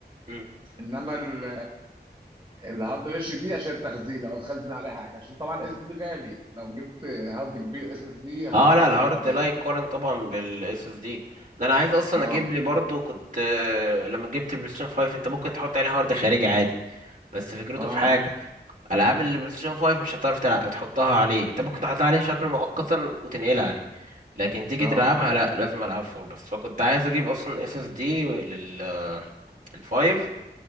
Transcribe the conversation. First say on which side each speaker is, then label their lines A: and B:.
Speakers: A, on the right (about 50°); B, on the right (about 30°).
A: مم.
B: انما ال- الهارد اتش دي عشان التخزين لو هتخزن عليه حاجه عشان طبعا الاس
A: مم.
B: اس دي غالي لو جبت هارد كبير اس اس دي
A: اه
B: هتتكلف
A: لا الهارد
B: كتير
A: لا
B: قوي
A: يقارن طبعا بالاس اس دي ده انا عايز اصلا
B: اه
A: اجيب لي برضو كنت آه، لما جبت البلاي ستيشن 5 انت ممكن تحط عليه هارد خارجي عادي بس فكرته
B: اه
A: في حاجه العاب البلاي ستيشن 5 مش هتعرف تلع... تحطها عليه انت ممكن تحطها عليه بشكل مؤقتا وتنقلها عليه لكن تيجي
B: اه
A: تلعبها
B: اه
A: لا لازم العب فول بس فكنت عايز اجيب اصلا اس اس دي لل الفايف